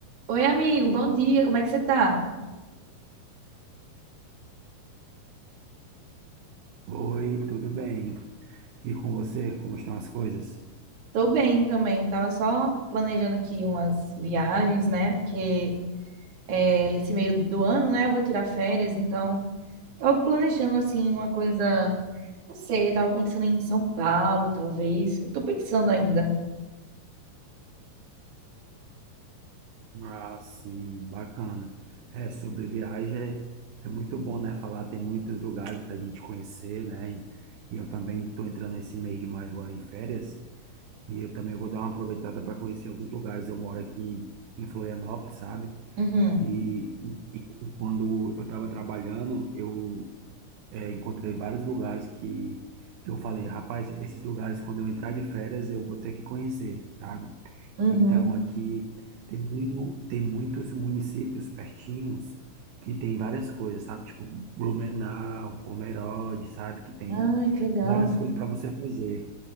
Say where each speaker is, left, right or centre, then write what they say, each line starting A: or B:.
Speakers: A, on the right (about 50°); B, on the right (about 75°).
A: Oi, amigo, bom dia, como é que você tá?
B: Oi, tudo bem? E com você, como estão as coisas?
A: Tô bem também, tava só planejando aqui umas viagens, né? Porque é, esse meio do ano, né, eu vou tirar férias, então tava planejando, assim, uma coisa, não sei, tava pensando em São Paulo, talvez. Eu tô pensando ainda.
B: Ah, sim, Bacana. É, sobre viagem é, é muito bom, né? Falar, tem muitos lugares para a gente conhecer, né? E, e eu também estou entrando esse mês de maio agora em férias e eu também vou dar uma aproveitada para conhecer alguns lugares. Eu moro aqui em Florianópolis, sabe?
A: Uhum,
B: E, e quando eu estava trabalhando, eu É, encontrei vários lugares que, que eu falei, rapaz, esses lugares, quando eu entrar de férias, eu vou ter que conhecer, sabe?
A: uhum.
B: Então, aqui tem, muito, tem muitos municípios pertinhos que tem várias coisas, sabe? Tipo Blumenau, Pomerode, sabe? Que tem
A: Ai, que legal.
B: várias coisas para você fazer.